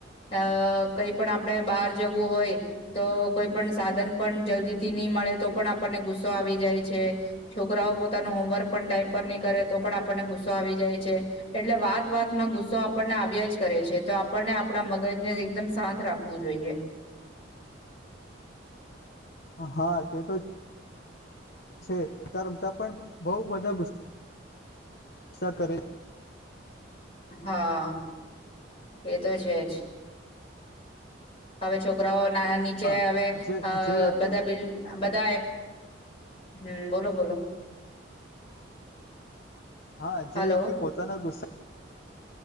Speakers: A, on the left; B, on the left.
A: અ કઈ પણ આપણેે બહાર જવું હોય તો કોઈ પણ સાધન પણ જલ્દી થી ની મળે તો પણ આપણને ગુસ્સો ગુસ્સો આવી જાય છે. છોકરાઓ પોતાનું હોમવર્ક પણ ટાઈમ પર ની કરે તો પણ આપણને ગુસ્સો આવી જાય છે. એટલે વાત વાતમાં ગુસ્સો આપણને આવ્યા જ કરે છે. તો આપણને આપણા મગજને એકદમ શાંત રાખવું જોઈએ.
B: હા તે તો છે રમતા રમતા પણ બઉ બધા ગુસ્ સા કરે.
A: હા એ તો છે જ હવે છોકરાઓ <unintelligible> નીચે
B: હા
A: હવે
B: જે
A: અ
B: જે વ્યક્તિ
A: બધા બિલ બધા હમ્મ. બોલો બોલો.
B: હા જે
A: હલો
B: વ્યક્તિ પોતાના ગુસ્સે